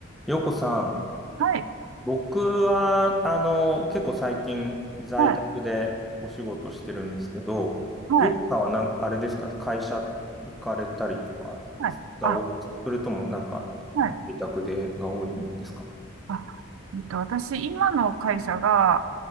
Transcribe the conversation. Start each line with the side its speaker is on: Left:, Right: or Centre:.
Centre: ようこさん、
Right: はい、
Centre: 僕は、あの、結構最近在宅でお仕事してるんですけど、
Right: はい、はい、
Centre: ようこさんはなん、あれですか、会社行かれたりとか
Right: はい。
Centre: が多いですかそれともなんか、
Right: あ、はい。
Centre: 自宅でが多いんですか
Right: あ、えっと、私、今の会社が、